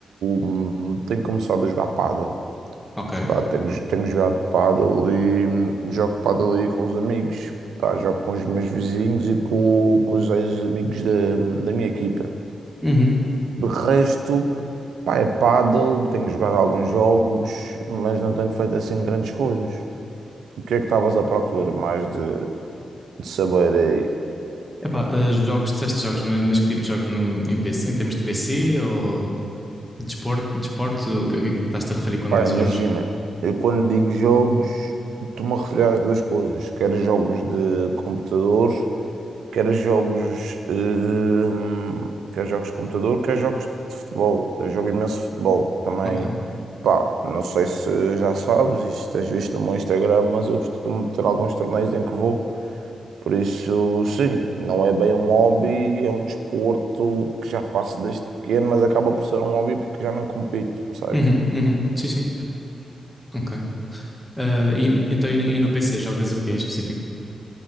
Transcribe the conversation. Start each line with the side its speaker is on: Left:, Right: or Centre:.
Right: hum, tenho começado a jogar pádel.
Centre: ok.
Right: Pá, tenho, tenho jogado pádel e hum, jogo pádel aí com os amigos. Pá, jogo com os meus vizinhos e com, com os ex-amigos da, da minha equipa.
Centre: Uhum.
Right: De resto, pá, é pádel, tenho jogado alguns jogos, mas não tenho feito assim grandes coisas. O que é que estavas à procura mais de, de saber aí?
Centre: Epá, eh, jogos, disseste jogos, ma- mas que tipo de jogos no, em PC, em termos de PC ou desporto, desporto, o que, o que é que estás-te a referir quando
Right: Pá,
Centre: dizes
Right: imagina,
Centre: jogos?
Right: eu quando digo jogos, estou-me a referir às duas coisas, quer jogos de computador, quer jogos, hum, quer jogos de computador, quer jogos de futebol. Eu jogo imenso futebol também.
Centre: Ok.
Right: Pá, não sei se já sabes, isto tens visto no meu Instagram, mas eu costumo ter alguns torneios em que vou. Por isso, sim, não é bem um hobby, é um desporto que já faço desde pequeno, mas acaba por ser um hobby porque já não compito, percebes?
Centre: Uhum, uhum. Sim, sim. Ok. Eh, e, então, e no e no PC, jogas o que em específico?